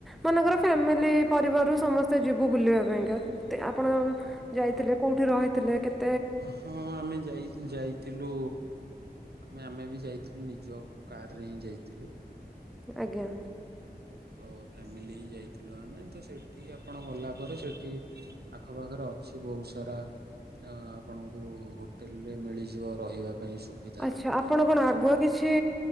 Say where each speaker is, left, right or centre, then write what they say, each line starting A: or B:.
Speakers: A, in the centre; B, on the right (about 70°).
A: ମାନଙ୍କର ଫ୍ୟାମିଲି ପରିବାରରୁୁ ସମସ୍ତେ ଯିବୁ ବୁଲିବା ପାଇଁକା ତେ ଆପଣ ଯାଇଥିଲେ କୋଉଠି ରହିଥିଲେ କେତ୍
B: ହଁ ଆମେ ଯାଇ ଯାଇଥିଲୁ ଆମେ ଆମେ ବି ଯାଇଥିଲୁ ଲି ଯଉ କାରରେ ହିଁ ଯାଇଥିଲୁ।
A: <unintelligible> ଆଜ୍ଞା।
B: ତ ଫ୍ୟାମିଲି ହିଁ ଯାଇଥିଲୁ ଆମେ ତ ସେଠି ଆପଣ ଗଲା ପରେ ସେଠି ଆଖପାଖରେ ଅଛି ବହୁ ସାରା ଆପଣଙ୍କୁ ହୋଟେଲରେ ମିଳିଯିବ ରହିବା ପାଇଁ ସୁବିଧା।
A: ଆଚ୍ଛା ଆପଣ କଣ ଆଗୁଆ କିଛି